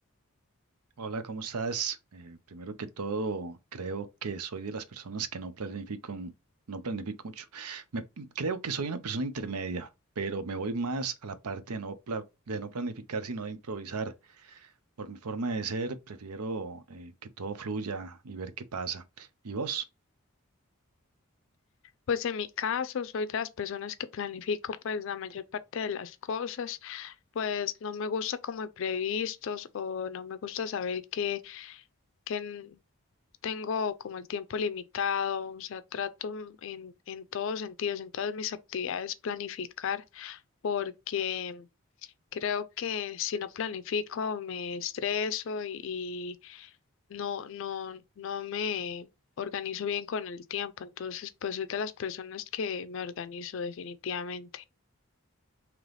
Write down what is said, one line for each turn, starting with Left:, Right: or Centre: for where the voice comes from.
Right: Hola, ¿cómo estás? Eh, primero que todo, creo que soy de las personas que no planifico, no planifico mucho. Me- creo que soy una persona intermedia, pero me voy más a la parte de no, pla- de no planificar, sino de improvisar. Por mi forma de ser, prefiero eh, que todo fluya y ver qué pasa. ¿Y vos?
Left: Pues en mi caso, soy de las personas que planifico pues la mayor parte de las cosas, pues no me gusta como imprevistos o no me gusta saber que, que n- tengo como el tiempo limitado, o sea, trato mm, en, en todos sentidos, en todas mis actividades planificar porque creo que si no planifico me estreso y, y no, no, no me organizo bien con el tiempo, entonces pues soy de las personas que me organizo definitivamente.